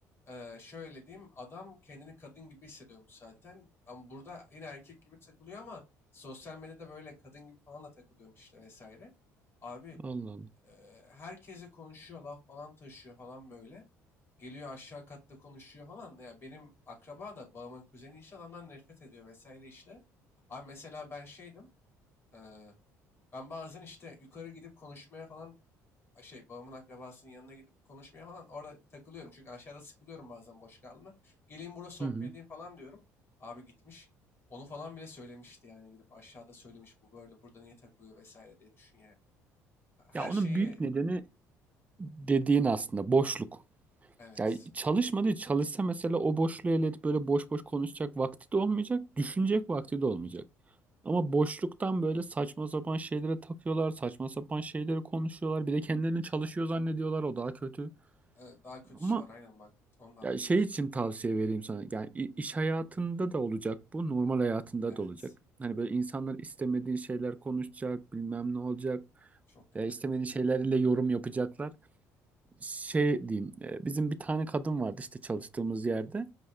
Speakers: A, on the left; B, on the right.
A: Ee, şöyle diyeyim adam kendini kadın gibi hissediyormuş zaten. Ama burada yine erkek gibi takılıyor ama sosyal medyada böyle kadın gibi falan da takılıyormuş işte vesaire. Abi
B: Allah Allah.
A: e, herkese konuşuyor laf falan taşıyor falan böyle. Geliyor aşağı katta konuşuyor falan. Ya benim akraba da babamın kuzeni işte adamdan nefret ediyor vesaire işte. Abi mesela ben şeydim. eee, ben bazen işte yukarı gidip konuşmaya falan a- şey babamın akrabasının yanına gidip konuşmaya falan orada takılıyorum. Çünkü aşağıda sıkılıyorum bazen boş kaldığımda. Geleyim burada sohbet
B: Hı hı.
A: edeyim falan diyorum. Abi gitmiş. Onu falan bile söylemişti yani gidip aşağıda söylemiş bu böyle burada niye takılıyor vesaire diye düşün yani. Her
B: Ya onun
A: şeyi
B: büyük nedeni dediğin aslında boşluk.
A: evet.
B: Ya çalışmadı, çalışsa mesela o boşluğu elde edip böyle boş boş konuşacak vakti de olmayacak, düşünecek vakti de olmayacak. Ama boşluktan böyle saçma sapan şeylere takıyorlar, saçma sapan şeyleri konuşuyorlar. Bir de kendilerini çalışıyor zannediyorlar, o daha kötü.
A: Ee, Daha kötüsü
B: Ama
A: var aynen bak. Onu da anlatırım
B: ya şey
A: şimdi.
B: için tavsiye vereyim sana. Yani i- iş hayatında da olacak bu, normal hayatında
A: Evet.
B: da olacak. Hani böyle insanlar istemediğin şeyler konuşacak, bilmem ne olacak.
A: Çok kötü
B: Ya istemediğin
A: ya harbi.
B: şeylerle yorum yapacaklar. Şey diyeyim, e, bizim bir tane kadın vardı işte çalıştığımız yerde.